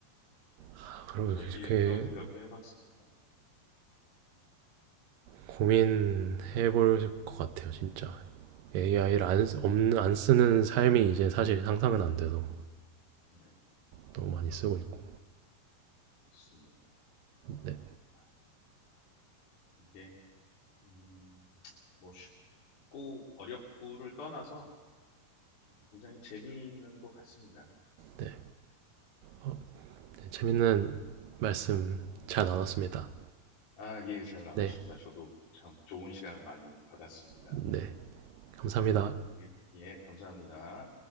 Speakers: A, on the right (about 75°); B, on the left (about 50°).
A: 아, 그리고
B: 저희끼리는
A: 그게
B: 그런 생각도 해봤습니다.
A: 고민해볼 것 같아요, 진짜. AI를
B: 예,
A: 안, 쓰- 없는- 안 쓰는 삶이 이제 사실 상상은 안 돼서
B: 네,
A: 너무 많이 쓰고 있고
B: 맞습니다.
A: 네,
B: 아, 이게, 음, 뭐 쉽고 어렵고를 떠나서 굉장히 재미있는 것 같습니다.
A: 네. 어, 네, 재밌는 말씀 잘 나눴습니다.
B: 아, 예, 잘 나눴습니다.
A: 네,
B: 저도 참 좋은 시간 많이 받았습니다.
A: 네, 감사합니다.
B: 예, 예, 감사합니다.